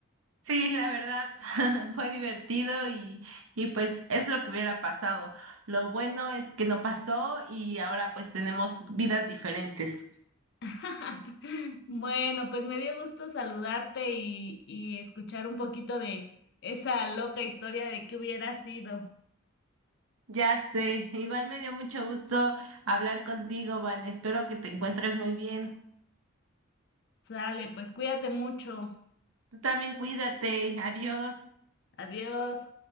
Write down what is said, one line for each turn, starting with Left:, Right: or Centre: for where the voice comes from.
Right: Sí, la verdad, <laughs> fue divertido y, y pues es lo que hubiera pasado. Lo bueno es que no pasó y ahora pues tenemos vidas diferentes.
Left: <laughs> Bueno, pues me dio gusto saludarte y, y escuchar un poquito de esa loca historia de que hubiera sido.
Right: Ya sé, igual me dio mucho gusto hablar contigo, Van. Espero que te encuentres muy bien.
Left: Sale, pues cuídate mucho.
Right: Tú también cuídate. Adiós.
Left: Adiós.